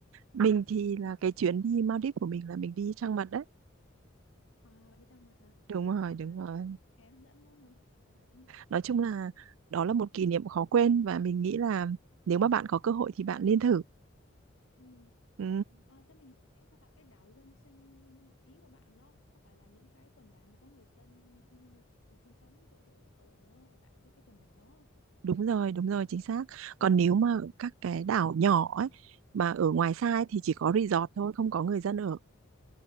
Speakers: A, on the right; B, on the left.
A: mình thì
B: Ừ.
A: là cái chuyến đi Maldives của mình là mình đi trăng mật đấy
B: à bạn đi trang mật hả
A: đúng rồi
B: à
A: đúng rồi <laughs>
B: nghe hấp dẫn quá hả ừ.
A: nói chung là đó là một kỷ niệm khó quên và mình nghĩ là nếu mà bạn có cơ hội thì bạn nên thử
B: Ừ.
A: Ừ,
B: À, cho mình hỏi xíu là cái đảo dân sinh ý của bạn đó có phải là những cái quần đảo mà có người dân sinh ở sinh sống chỗ chỗ ở ở tại cái, cái quần đảo đó
A: đúng rồi đúng rồi chính xác còn nếu mà các cái đảo nhỏ ấy mà ở ngoài xa ấy, thì chỉ có resort thôi không có người dân ở